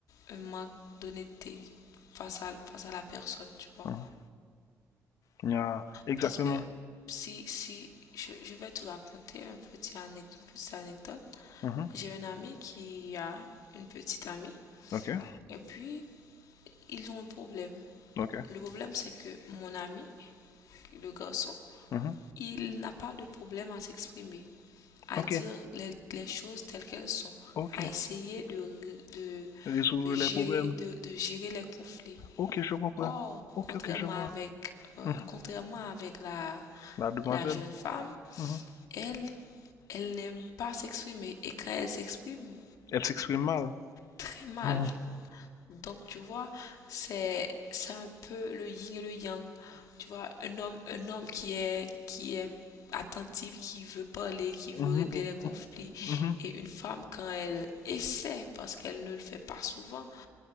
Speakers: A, on the left; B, on the left.
A: un manque d'honnêteté face à, face à la personne, tu vois.
B: Mhm. Il y a... Exactement.
A: Parce que si, si, je, je vais te raconter un petit anec- une petite anecdote.
B: Mhm.
A: J'ai un ami qui a une petite amie,
B: OK.
A: et puis ils ont un problème.
B: OK.
A: Le problème, c'est que mon ami, le garçon,
B: Mhm.
A: il n'a pas de problème à s'exprimer, à
B: OK.
A: dire les, les choses telles qu'elles sont,
B: OK.
A: à essayer de, de,
B: Résoudre
A: de gérer,
B: les problèmes.
A: de, de gérer les conflits.
B: OK, je comprends.
A: Or,
B: OK,
A: contrairement
B: OK, je vois.
A: avec, ouais,
B: Mhm.
A: contrairement avec la,
B: La demoiselle.
A: la jeune femme,
B: Mhm.
A: elle, elle n'aime pas s'exprimer. Et quand elle s'exprime,
B: Elle s'exprime mal.
A: très mal.
B: Mhm.
A: Donc, tu vois, c'est c'est un peu le yin et le yang. Tu vois, un homme, un homme qui est, qui est attentif, qui veut parler, qui veut
B: Mhm.
A: régler les conflits.
B: Mhm.
A: Et une femme, quand elle essaie, parce qu'elle ne le fait pas souvent,